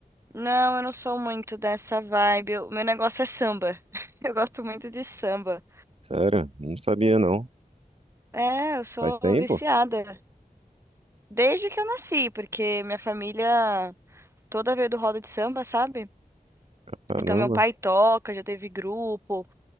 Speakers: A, on the right; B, on the right.
A: Não, eu não sou muito dessa vibe. eu- O meu negócio é samba. <laughs> Eu gosto muito de samba.
B: Sério? Não sabia não.
A: É, eu sou
B: Faz tempo?
A: viciada. Desde que eu nasci, porque minha família toda veio do roda de samba, sabe?
B: Caramba.
A: Então meu pai toca, já teve grupo.